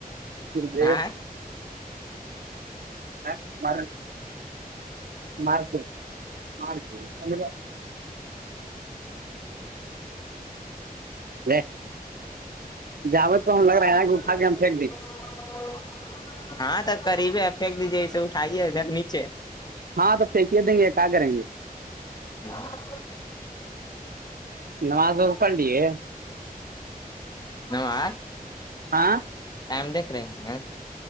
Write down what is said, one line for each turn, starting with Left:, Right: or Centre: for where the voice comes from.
Right: <unintelligible>
Left: ہاں
Right: ارک ب مارکارکالک داد و جاوت کو ہم
Left: <unintelligible>
Right: لگ رہا ہے نا کہ اٹھا کے ہم پھینک دیں
Left: ہاں تو قریب ہے پھینک دیجیے اسسے اٹھائیے ادھر نیچے
Right: ہاں تو پھینکے دیں گے کیا کریں گے
Left: ہ <unintelligible>
Right: نماز و پڑ لیے
Left: نماز
Right: ہاں
Left: ٹائم دیکھ رہے ہیں